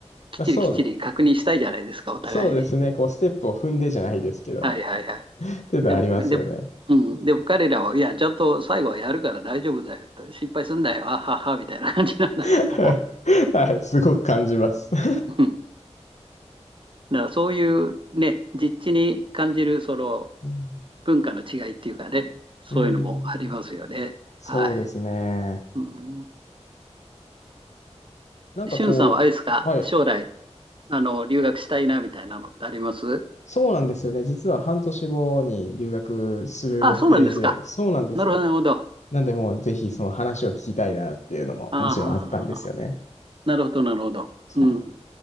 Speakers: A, on the right (about 45°); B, on the left (about 80°).
A: きっちりきっちり確認したいじゃないですか、
B: まあ、そうで、
A: お互いに。
B: そうですね。こう、ステップを踏んでじゃないですけど、
A: はいはいはい。
B: っていうのはありますよね。
A: でも、でも、うん、でも彼らは、いや、ちゃんと最後はやるから大丈夫だよと、心配すんだよ、あはは、みたいな感じなんだけども。
B: <laughs> はい。すごく感じます。<laughs>
A: うん。だからそういうね、実地に感じる、その
B: うん。
A: 文化の違いっていうかね、そういうのもありますよね。
B: うーんそうですね。
A: はい。うん。
B: なんかこう、
A: しゅんさんはあれですか、
B: はい。
A: 将来、あの、留学したいな、みたいなのってあります
B: そうなんですよね。実は半年後に留学する予定で、
A: あ、そうなんですか。
B: そうなんですよ。
A: なるほど、なるほど。あ
B: なんで、もうぜひその話を聞きたいなっていうのももちろんあったんですよね。
A: あ、なるほど、なるほど。
B: そうなん。
A: うん。